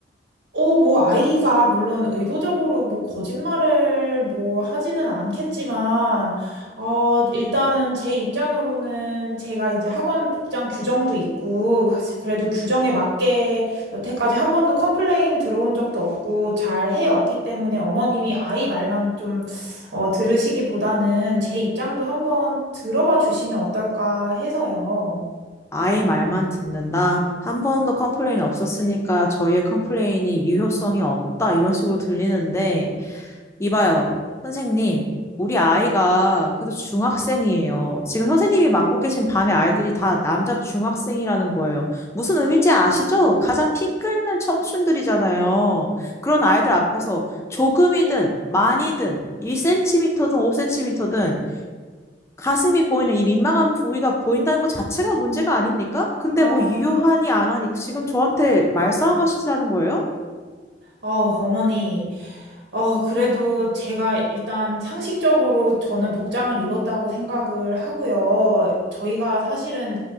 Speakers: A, on the right (about 85°); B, on the left (about 15°).
A: 어, 뭐, 아이가 물론 의도적으로 뭐, 거짓말을 뭐, 하지는 않겠지만, 어, 일단은 제 입장으로는 제가 이제 학원 복장 규정도 있고, 그래도 규정에 맞게 여태까지 한 번도 컴플레인 들어온 적도 없고, 잘 해왔기 때문에 어머님이 아이 말만 좀, 어, 들으시기보다는 제 입장도 한번 들어봐 주시면 어떨까 해서요.
B: 아이 말만 듣는다. 한 번도 컴플레인 없었으니까 저희의 컴플레인이 유효성이 없다. 이런 식으로 들리는데 이봐요, 선생님. 우리 아이가 그래도 중학생이에요. 지금 선생님이 맡고 계신 반의 아이들이 다 남자 중학생이라는 거예요. 무슨 의미인지 아시죠? 가장 피 끓는 청춘들이잖아요. 그런 아이들 앞에서 조금이든 많이든 1cm든 5cm든 가슴이 보이는 이 민망한 부위가 보인다는 것 자체가 문제가 아닙니까? 근데
A: 아,
B: 뭐 유효하니 안 하니 지금 저한테 말싸움 하시자는 거예요?
A: 어, 어머니. 어, 그래도 제가 일단 상식적으로 저는 복장을 입었다고 생각을 하고요. 저희가 사실은,